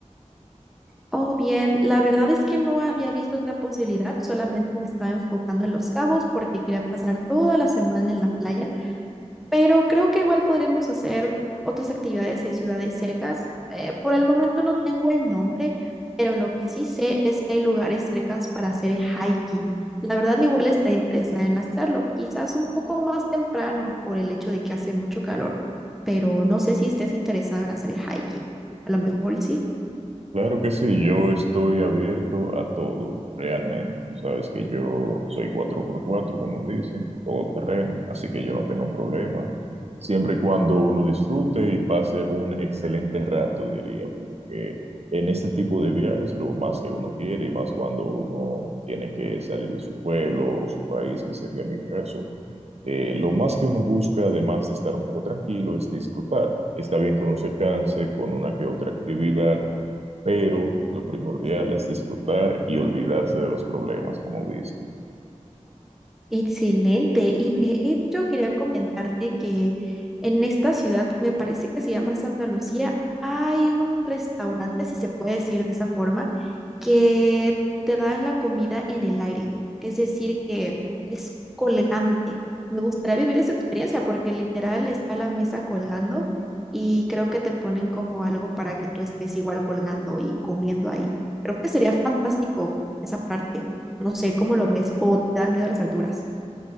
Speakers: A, in the centre; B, on the right.
A: Oh, bien, la verdad es que no había visto otra posibilidad, solamente me estaba enfocando en Los Cabos porque quería pasar toda la semana en la playa pero creo que igual podremos hacer otras actividades en ciudades cercas. Eh, por el momento no tengo el nombre, pero lo que sí sé es que hay lugares cercas para hacer hiking. La verdad, igual estaré interesada en hacerlo, quizás un poco más temprano por el hecho de que hace mucho calor, pero no sé si estés interesado en hacer hiking. A lo mejor y sí.
B: Claro que sí, yo estoy abierto a todo, realmente. Tú sabes que yo soy cuatro por cuatro, como dicen, todo terreno, así que yo no tengo problema, siempre y cuando uno disfrute y pase un excelente rato, diría, porque en este tipo de viajes lo más que uno quiere y más cuando uno tiene que salir de su pueblo o su país, que sería mi caso, eh, lo más que uno busca, además de estar un poco tranquilo, es disfrutar. Está bien que uno se canse con una que otra actividad pero lo primordial es disfrutar y olvidarse de los problemas, como dicen. <laughs>
A: Excelente. Y de hecho quería comentarte que en esta ciudad, me parece que se llama Santa Lucía, hay un restaurante, si se puede decir de esa forma, que te dan la comida en el aire. Es decir, que es colgante. Me gustaría vivir esa experiencia porque literal está la mesa colgando y creo que te ponen como algo para que tú estés igual colgando y comiendo ahí. Creo que sería fantástico esa parte. No sé cómo lo ves o te da miedo las alturas.